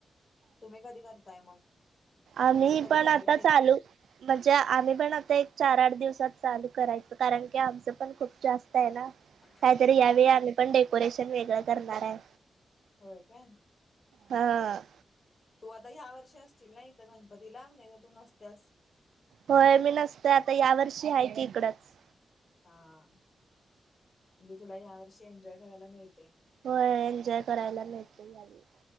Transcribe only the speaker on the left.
तुम्ही कधी करताय मग
म्हणजे कधी
करायला
घेताय?
ह.
होय का.
तू आता ह्या वर्षी असतील नाही तर गणपती लाब नाही तर तू नसतस.
हा म्हणजे तुला या वर्षी एन्जॉय करायला मिळते.